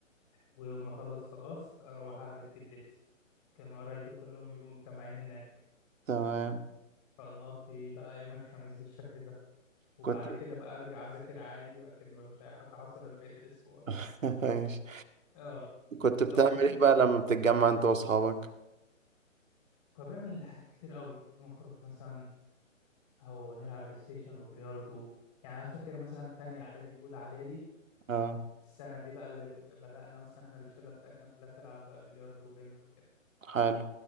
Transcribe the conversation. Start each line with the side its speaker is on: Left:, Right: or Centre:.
Left: ويوم ما اخلص خلاص اروح على بيت جدتي كان قرايبي كلهم يبقوا متجمعين هناك
Right: تمام
Left: فنقضي بقى يوم الخميس بالشكل ده وبعد
Right: كنت
Left: كده بقى ارجع اذاكر عادي وكأن مفيش اي حاجه حصلت بقيه الاسبوع
Right: <laughs> ماشي
Left: اه
Right: كنت بتعمل
Left: او كنت
Right: ايه
Left: بقى
Right: بقى لما بتتجمع انت واصحابك
Left: كنت بعمل حاجات كتير قوي نخرج مثلا او نلعب بلاي ستيشن وبلياردو يعني انا فاكر مثلا تانية اعدادي واولى اعدادي
Right: اه
Left: السنه دي بقى اللي ك- بدأنا مثلا احنا الشله بتاعتنا كلها تلعب بقى بلياردو وبنج وكده
Right: حلو